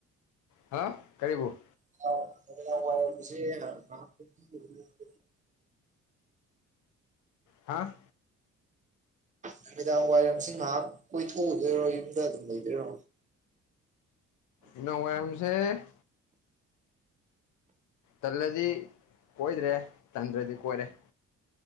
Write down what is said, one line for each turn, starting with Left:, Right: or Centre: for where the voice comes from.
Left: ꯍꯥ ꯀꯔꯤꯕꯨ
Right: <unintelligible>
Left: ꯍꯥꯥ
Right: ꯅꯨꯃꯤꯗꯥꯡ ꯋꯥꯏꯔꯝꯁꯤ ꯉꯥꯏꯍꯥꯛ ꯀꯣꯏꯊꯣꯛꯎꯗꯣꯏꯔꯣ ꯌꯨꯝꯗ ꯑꯗꯨꯝ ꯂꯩꯗꯣꯏꯔꯣ
Left: ꯅꯨꯡꯗꯥꯡ ꯋꯥꯏꯔꯝꯁꯦ ꯇꯜꯂꯗꯤ ꯀꯣꯏꯗ꯭ꯔꯦ ꯇꯟꯗ꯭ꯔꯗꯤ ꯀꯣꯏꯔꯦ